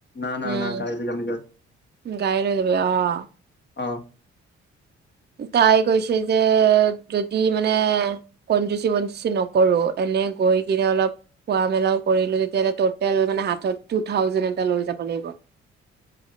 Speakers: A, on the left; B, on the right.
A: না না
B: উম
A: না গাড়ী লৈ যাম নিজৰ
B: গাড়ী লৈ হৈ যাবি আহ।
A: অ
B: তাই কৈছে যে যদি মানে কনজুচি বনজুচি নকৰো এনে গৈ কিনে অলপ খোৱা মেলাও কৰিলো তেতিয়া হ'লে টটেল মানে হাতত টু থাউজেণ্ড এটা লৈ যাব লাগিব